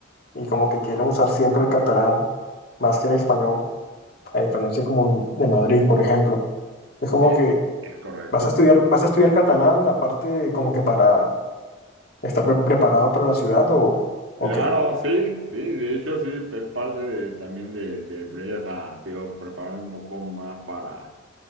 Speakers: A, on the left (about 50°); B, on the right (about 75°).
A: y como que quieren usar siempre el catalán más que en español, a diferencia como de Madrid, por ejemplo. Es como
B: Eh,
A: que
B: es correcto.
A: vas a estudiar, vas a estudiar catalán, aparte como que para estar pre- preparado para la ciudad o, o
B: Claro,
A: qué.
B: sí, sí, de hecho sí, es parte de, también de, del break, o sea, te digo, preparar un poco más para,